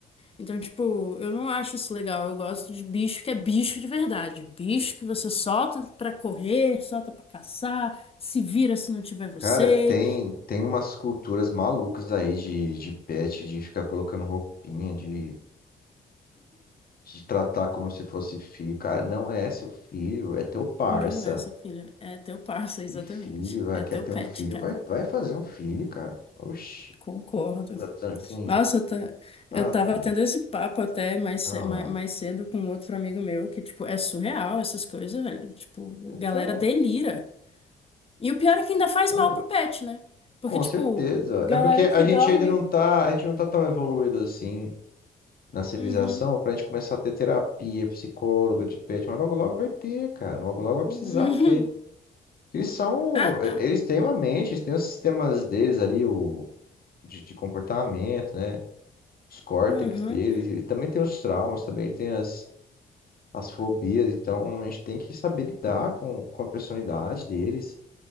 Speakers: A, on the left (about 30°); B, on the left (about 50°).
A: Então, tipo, eu não acho isso legal. Eu gosto de bicho que é bicho de verdade. Bicho que você solta pra correr, solta pra caçar, se vira se não tiver você.
B: Cara, tem, tem umas culturas malucas aí de, de pet, de ficar colocando roupinha, de, de tratar como se fosse filho. Cara, não é seu filho, é teu parça.
A: Não é, seu filho. É teu parça, exatamente.
B: E filho, vai-
A: É
B: quer
A: teu
B: ter
A: pet,
B: um filho,
A: cara.
B: vai, vai fazer um filho, cara. Oxi.
A: Concordo.
B: tratando que nem.
A: Nossa, eu, ta- eu
B: Tá
A: tava
B: doido.
A: tendo esse papo até mais,
B: Ah
A: ce- ma-
B: lá.
A: mais cedo com outro amigo meu, que, tipo, é surreal essas coisas, velho. Tipo,
B: Então,
A: galera delira. E o pior é que ainda faz mal
B: ah,
A: pro pet, né? Porque,
B: com
A: tipo,
B: certeza.
A: galera
B: É porque
A: que
B: a gente
A: dorme.
B: ainda não tá, a gente não tá tão evoluído assim na civilização
A: Uhum.
B: pra gente começar a ter terapia, psicóloga de pet, mas logo logo vai ter, cara. Logo logo vai
A: Uhum.
B: precisar, porque eles são,
A: <laughs>
B: eles têm uma mente, eles têm os sistemas deles ali, o de, de comportamento, né? Os córtex
A: Uhum.
B: deles, eles também têm os traumas, também tem as, as fobias, então a gente tem que saber lidar com, com a personalidade deles.